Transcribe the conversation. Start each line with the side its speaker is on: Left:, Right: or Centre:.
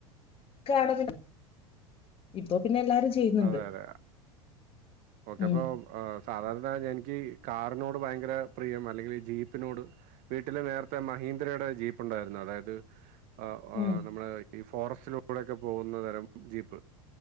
Left: കാണുന്ന്ണ്ട് ഇപ്പൊ പിന്നെ എല്ലാരും. ചെയ്യുന്നുണ്ട്.
Right: അതെ അതെ ഓക്കെ
Left: ഉം
Right: അപ്പൊ, സാധാരണ എനിക്ക് കാറിനോട് ഭയങ്കര പ്രിയം അല്ലെങ്കിൽ ജീപ്പിനോട്. വീട്ടില് നേരത്തെ മഹീന്ദ്രയുടെ ജീപ്പ് ഉണ്ടായിരുന്നു. അതായത് ആഹ് ആഹാ
Left: ഉം
Right: നമ്മളെ ഈ ഫോറസ്റ്റിലൂടെക്കെ പോകുന്ന തരം ജീപ്പ്